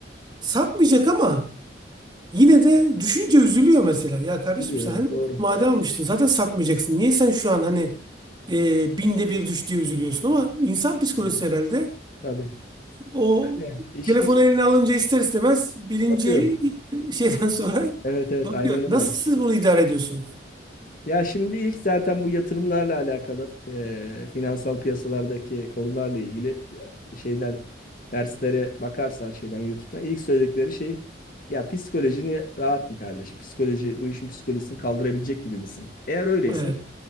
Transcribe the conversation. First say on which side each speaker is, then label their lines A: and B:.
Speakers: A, on the right; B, on the left.
A: satmayacak ama yine de düşünce üzülüyor mesela. Ya kardeşim
B: Biliyor,
A: sen
B: evet,
A: hani
B: doğru.
A: vade almıştın zaten satmayacaksın. Niye sen şu an hani e, binde bir düştüğü üzülüyorsun ama insan psikolojisi
B: Evet.
A: herhalde
B: Tabii.
A: o
B: Öyle. İş
A: telefonu
B: iş
A: eline alınca ister istemez birinci
B: bakıyor
A: şeyden <laughs> sonra
B: Evet evet
A: bakıyor.
B: aynen
A: Nasıl
B: öyle.
A: siz bunu idare ediyorsunuz?
B: Ya şimdi ilk zaten bu yatırımlarla alakalı e, finansal piyasalardaki konularla ilgili e, şeyden derslere bakarsan şeyden YouTube'dan ilk söyledikleri şey ya psikolojini rahat mı kardeşim? Psikoloji bu işin psikolojisini kaldırabilecek gibi misin? Eğer öyleyse
A: Evet.